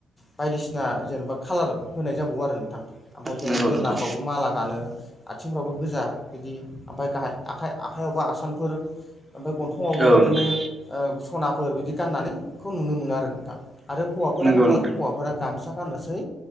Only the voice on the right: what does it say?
नंगौ
नोंथां
औ
नोंथां
नंगौ
नोंथां